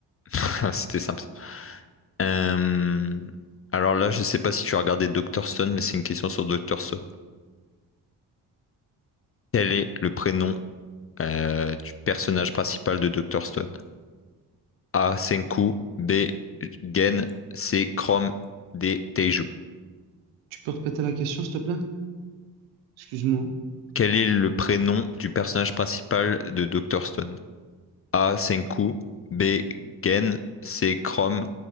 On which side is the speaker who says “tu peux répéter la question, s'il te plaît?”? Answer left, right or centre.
Right